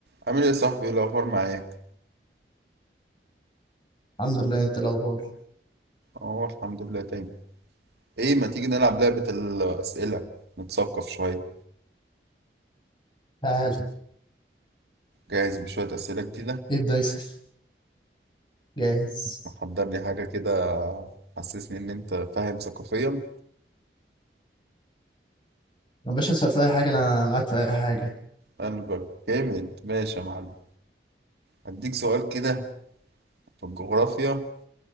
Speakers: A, on the right; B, on the left.
A: عامل ايه يا صاحبي ايه الاخبار معاك
B: الحمد لله انت الاخبار
A: اه الحمد لله تاني ايه ما تيجي نلعب لعبة الاسئلة نتثقف شوية
B: تعال
A: جاهز بشوية اسئلة جديدة
B: ابدا اسال جاهز
A: محضر لي حاجة كده حسسني ان انت فاهم ثقافيا
B: يا باشا اسال في اي حاجه انا معاك في اي حاجه
A: قلبك جامد ماشي يا معلم هديك سؤال كده في الجغرافيا